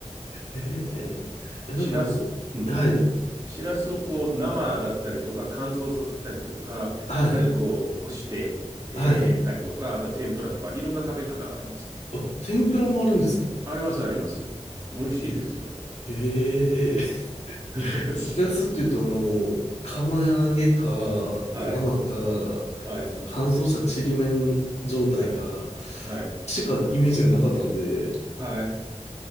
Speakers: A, on the left (about 65°); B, on the right (about 30°).
A: えー、いや、
B: しらす、
A: なんかあの、
B: うん。
A: はい。
B: シラスをこう生だったりとか乾燥させたりとか、
A: はい。
B: あるいはこう干して、えーたりとか、
A: はい。
B: あとは天ぷらとかいろんな食べ方がありますね。
A: あ、天ぷらもあるんですか
B: ありますあります。美味しいですよ。
A: え、へえ。<laughs>
B: <laughs>
A: しらすっていうと、あの、釜揚げか、
B: はい、
A: 生か、
B: はい、
A: その乾燥したちりめん状態か、
B: はい、はい。
A: しかイメージがなかったんで、
B: はい、